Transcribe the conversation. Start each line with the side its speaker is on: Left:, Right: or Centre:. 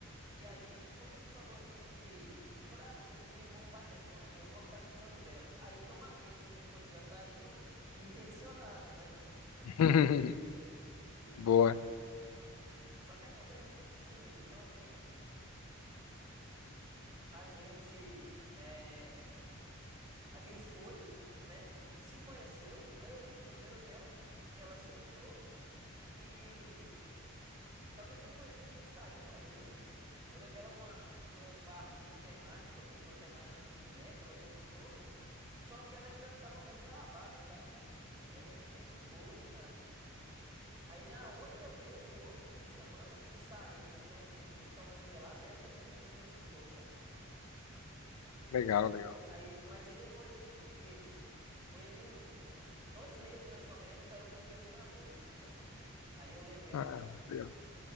Right: E aí, quando ele falou assim que. Eu falei, ah, não sei se meu irmão vai, né? Ele falou, ah, então eu não vou ficar segurando vela. Aí que eu matei, eu falei assim, pô, ele já tá indo <laughs> intencionado, né?
Left: <laughs>
Right: E
Left: Boa.
Right: Só que a Kes, ela é muito tímida, então assim, a gente é, a gente foi, né? Se conheceu, aí eu pedi o número dela, ela aceitou e só que depois disso a gente saiu uma vez. Eu levei ela numa, num barzinho temático aqui, com temática Geek Nerd, ela gostou. Só que ela ainda tava muito travada, sabe? E aí a gente nem ficou, nem nada. Aí na outra vez, no outro fim de semana, a gente saiu, comeu um sushi, tomou um gelato, e essa foi a primeira vez que a gente ficou, sabe?
Left: Legal, legal.
Right: Aí, mas e depois disso o quê? Foi ali uns dois meses mais ou menos, aí eu pedi ela em namoro, entendeu? Aí eu levei ela
Left: Ah,
Right: num,
Left: legal.